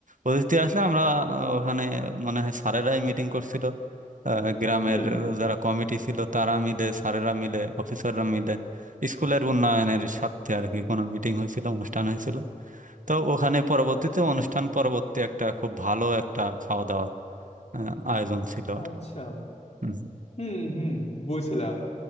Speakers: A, on the right (about 70°); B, on the left (about 50°).
A: অতিথি আসলে আমরা আহ, ওখানে মনে হয় স্যারেরাই মিটিং করছিল আহ, গ্রামের
B: হুম
A: যারা কমিটি ছিল তারা মিলে স্যারেরা মিলে অফিসাররা মিলে স্কুলের উন্নয়নের স্বার্থে আর কি কোনো মিটিং হয়েছিল অনুষ্ঠান হয়েছিল তো ওখানে পরবর্তীতে অনুষ্ঠান পরবর্তী একটা খুব ভালো একটা খাওয়া দাওয়ার আহ, আয়োজন ছিল আর
B: আচ্ছা
A: হুম,
B: হুম হুম বুঝলাম